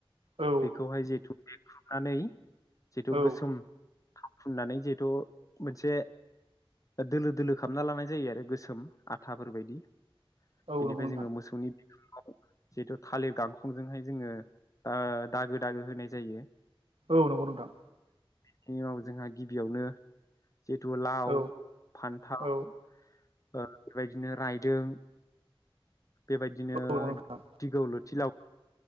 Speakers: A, on the right; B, on the left.
A: औ
B: बेखौहाय जिहेथु नानैै जिहेथु
A: औ
B: गोसोम। फुननानै जिहेथु मोनसे दोलो दोलो खालामना लानाय जायो आरो गोसोम आथाफोरबायदि।
A: औ
B: बिनिफ्राय
A: नंगौ नोंथां
B: जोङो मोसौनि बिखुं। <unintelligible> जिहेतु थालिर गांखंजोंहाय जोङो दा दागो दागो होनाय जायो।
A: औ नंगौ नोंथां।
B: बिनि उनाव जोंहा गिबियावनो जिथु लाव,
A: औ
B: फान्थाव
A: औ
B: ओ बेबायदिनो रायदों बेबायदिनो
A: औ नंगौ नोंथां
B: दिगौ लुथि लाव